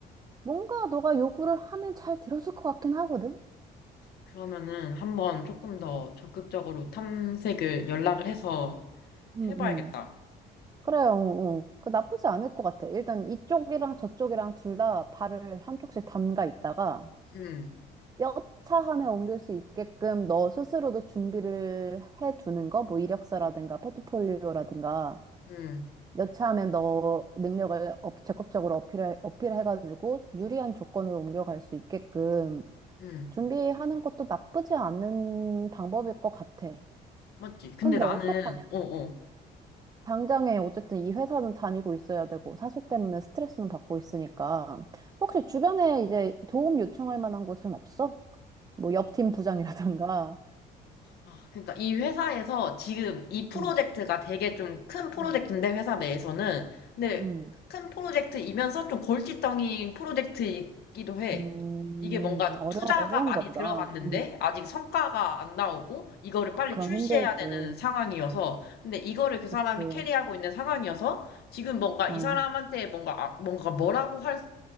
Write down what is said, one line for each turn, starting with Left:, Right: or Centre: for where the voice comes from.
Right: 뭔가 너가 요구를 하면 잘 들어줄 것 같긴 하거든?
Left: 그러면은 한번 조금 더 적극적으로 탐색을 연락을 해서
Right: 응,
Left: 해봐야겠다.
Right: 응. 그래요, 어, 어. 그 나쁘지 않을 것 같아. 일단 이쪽이랑 저쪽이랑 둘 다 발을 한쪽씩 담가 있다가
Left: 음,
Right: 여차하면 옮길 수 있게끔 너 스스로도 준비를 해두는 거, 뭐 이력서라든가 포트폴리오라든가
Left: 응,
Right: 여차하면 너 능력을 업- 적극적으로 어필해, 어필해가지고 유리한 조건으로 옮겨갈 수 있게끔
Left: 응,
Right: 준비하는 것도 나쁘지 않은 방법일 것 같아.
Left: 맞지? 근데
Right: 근데
Left: 나는,
Right: 어떡하냐?
Left: 어, 어,
Right: 당장에 어쨌든 이 회사는 다니고 있어야 되고 사수 때문에 스트레스는 받고 있으니까 혹시 주변에 이제 도움 요청할 만한 곳은 없어? 뭐 옆 팀 부장이라던가.
Left: 아, 그러니까 이 회사에서 지금 이 프로젝트가
Right: 음,
Left: 되게 좀 큰 프로젝트인데
Right: 음,
Left: 회사 내에서는 근데
Right: 음,
Left: 큰 프로젝트이면서 좀 골칫덩이 프로젝트이기도 해.
Right: 음,
Left: 이게 뭔가
Right: 어려,
Left: 투자가
Right: 어려운가
Left: 많이
Right: 보다.
Left: 들어갔는데
Right: 음,
Left: 아직 성과가 안 나오고 이거를 빨리
Right: 그럼
Left: 출시해야
Right: 힘들지.
Left: 되는 상황이어서 근데 이거를 그
Right: 그치.
Left: 사람이 캐리하고 있는 상황이어서 지금 뭔가
Right: 어,
Left: 이 사람한테 뭔가 아- 뭔가 뭐라고 할